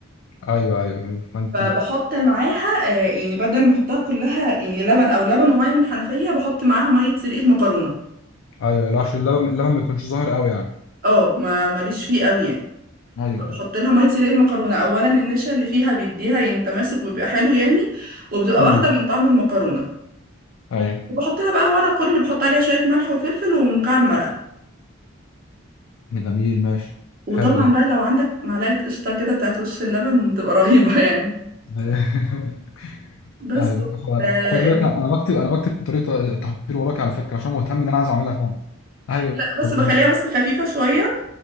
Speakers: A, on the left; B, on the right.
A: ايوه ايوه ايوه فانت
B: فبحط معاها آه، يعني بدل ما احطها كلها يعني لبن او لبن وميه من الحنفيه بحط معاها ميه سلق المكرونه
A: ايوه لا عشان اللبن اللبن ما يكونش ظاهر قوي يعني
B: اه ما ماليش فيه قوي يعني
A: ايوه
B: بحط
A: ايوه
B: لها ميه سلق المكرونه اولا النشا اللي فيها بيديها يعني تماسك وبيبقى حلو يعني وبتبقى
A: امم
B: واخده من طعم المكرونه
A: ايوه
B: وبحط لها بقى هو انا كل اللي بحط عليها شويه ملح وفلفل ومكعب مرقه
A: جميل ماشي
B: وطبعا
A: حلو ده
B: بقى لو عندك معلقه قشطه كده بتاعت وش اللبن تبقى رهيبه <laughs> يعني
A: <laughs>
B: بس
A: ايوه
B: آه،
A: خد بالك انا أنا بكتب انا بكتب طريقه التحضير وراك على فكره عشان مهتم ان انا عايز اعملها فعلا ايوه
B: لا بس
A: بجد
B: بخليها بس خفيفة شوية